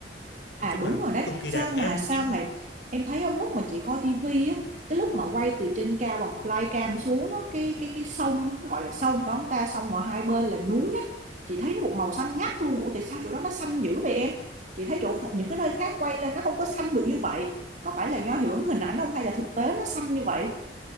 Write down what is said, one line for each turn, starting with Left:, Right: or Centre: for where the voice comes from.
Right: À
Left: nói chung
Right: đúng
Left: là
Right: rồi đấy,
Left: cực kỳ
Right: sao
Left: đẹp em
Right: mà sao
Left: em
Right: mà em thấy không lúc mà chị coi tivi á, cái lúc mà quay từ trên cao bằng flycam xuống á, cái cái cái sông cái gọi là sông phải không ta, sông mà hai bên là núi á, chị thấy nó một màu xanh ngắt luôn. Ủa tại sao chỗ đó nó xanh dữ vậy em? Chị thấy chỗ những cái nơi khác quay lên nó không có xanh được như vậy. Có phải là do hiệu ứng hình ảnh không hay là thực tế nó xanh như vậy?